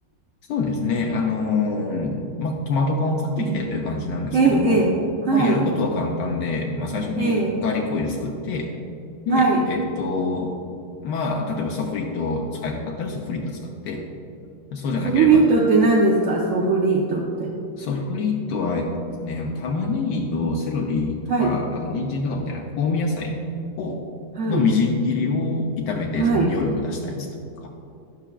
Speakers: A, on the left (about 75°); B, on the right (about 65°).
A: そうですね。あのーまあ、トマト缶を買ってきてという感じなんですけども、
B: うんええ、ええ、はい、
A: まあ、やることは簡単で、まあ、最初にガーリックオイル作って、
B: ええ、
A: で、
B: はい。
A: えっと、まあ、例えばソフリットを使いたかったらソフリット使って、そうじゃなければ
B: ソフリートって何ですかソフリートって。
A: ソフリットは、えっとですね、あの玉ねぎとセロリとか、
B: はい、
A: あと人参とかみたいな香味野菜を、
B: はい、
A: のみじん切りを炒めて、
B: はい。
A: その匂いを出したやつとか。